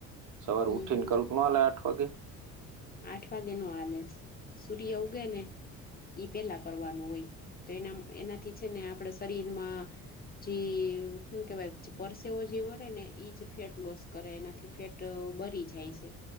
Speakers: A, on the right; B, on the left.
A: સવાર
B: હમ
A: ઉઠીન
B: હમ
A: કરું
B: હમ
A: ના હાલે આઠ વાગે.
B: આઠ વાગે નો હાલે સૂર્ય ઉગે ને ઈ પેલા કરવાનું હોય તો એના એનાથી છે ને આપડા શરીરમાં જે શું કેવાય પરસેવો જે વરે ને એઈજ ફેટ લોસ કરે એનાથી ફેટ તો બરી જાય છે